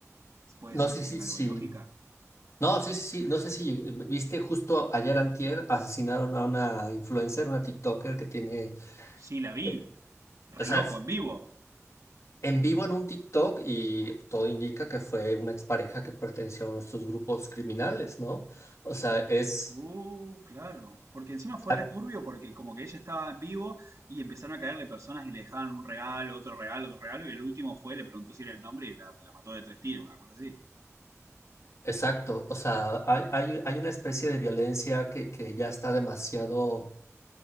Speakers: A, on the right; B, on the left.
A: Puede
B: No
A: ser
B: sé
A: que
B: si,
A: tenga
B: si,
A: algo de lógica.
B: no, sí, sí, sí, no sé si eh, viste justo ayer antier asesinaron a una influencer, una TikToker que tiene,
A: Sí, la vi,
B: eh,
A: re
B: o sea,
A: loco,
B: es
A: en vivo.
B: en vivo en un TikTok y todo indica que fue una expareja que perteneció a uno de estos grupos criminales, ¿no? O sea, es,
A: Uh, claro. Porque encima fue
B: ah,
A: returbio porque como que ella estaba en vivo y empezaron a caerle personas y le dejaban un regalo, otro regalo, otro regalo, y el último fue, le preguntó si era el nombre y la, la mató de tres tiros, una cosa así.
B: exacto, o sea, hay, hay, hay una especie de violencia que, que ya está demasiado